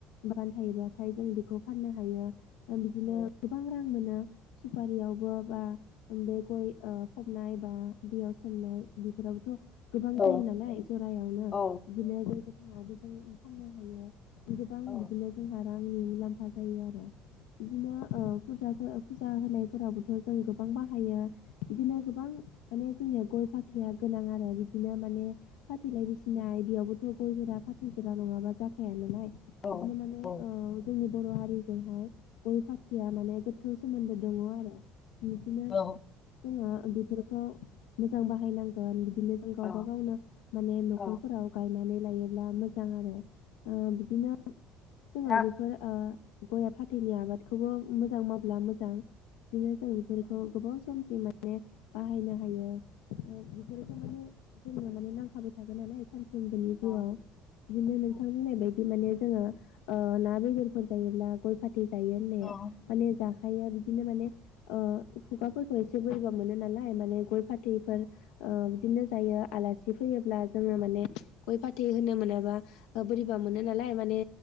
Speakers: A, on the left; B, on the left.
A: बागान थायोबाथाय जों बेखौ फाननो हायो। बिदिनो
B: औ
A: गोबां रां मोनो। सुपारियावबो बा बे गय ओ फबनाय बा दैयाव सोमनाय बेफोरावथ' गोबां
B: औ
A: जायो नालाय जरायावनो।
B: औ
A: बिदिनो गय गोथाङावबो जों फाननो हायो। गोबां
B: औ
A: बिदिनो जोंहा रांनि मुलाम्फा जायो आरो। बिदिनो ओ फुजाफोर फुजा होनायफोराबोथ' जों गोबां बाहायो। बिदिनो गोबां माने निया गय फाथैया गोनां आरो बिदिनो माने फाथैलाय बिसिनाइ थ' गय जरा फाथै जरा नं ङाबा जाखाया नालाय
B: औ
A: बिदिनो माने
B: औ
A: ओ जोंनि बर' हारिजोंहाय गय फाथैया माने गो थौ सोमोन्दो दङ आरो बिदिनो
B: दा
A: जोङो बिफोरखौ मोजां बाहायनांगोन बि दिनो जों गावबा
B: औ
A: गावनो माने न'खरफोराव
B: औ
A: नानै लायोब्ला मोजां आरो। ओ बिदिनो जोङो
B: दा औ
A: बेफोर ओ गय फाथैनि आबादखौबो मोजां मावब्ला मोजां। बिदिनो जों बेफोरखौ गोबाव समसिम माने बाहायनो हायो। ओ बेफोरखो माने जोंनो माने नांखाबाय थागोन नालाय सान जों जों जिउआव
B: औ
A: बिदिनो नोंथां
B: औ
A: बुंनाय बायदि माने जोङो ओ ना बेदरफोर जायोब्ला गय फाथ थै जायो होननाया
B: औ
A: माने जा हाया बिदिनो माने ओ खुगा फोरखौ एस से बोरैबा मोनो नाला लाय माने गय फाथैफोर ओ बिदिनो जायो आलासि फैयोब्ला जोङो माने गय फाथै होनो मोनाबा ओ बोरैबा मोनो नालाय माने